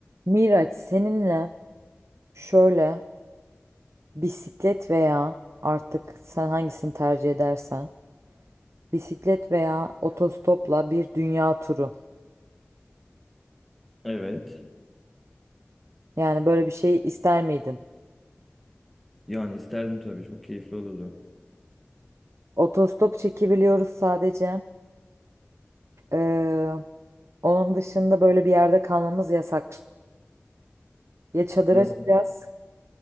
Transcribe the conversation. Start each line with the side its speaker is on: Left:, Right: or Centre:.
Right: Miraç seninle şöyle bisiklet veya artık sen hangisini tercih edersen bisiklet veya otostopla bir dünya turu.
Centre: Evet.
Right: Yani böyle bir şey ister miydin?
Centre: Yani isterdim tabii. Çok keyifli olurdu.
Right: Otostop çekebiliyoruz sadece. Ee, onun dışında böyle bir yerde kalmamız yasak. Ya çadır
Centre: Nasıl?
Right: açacağız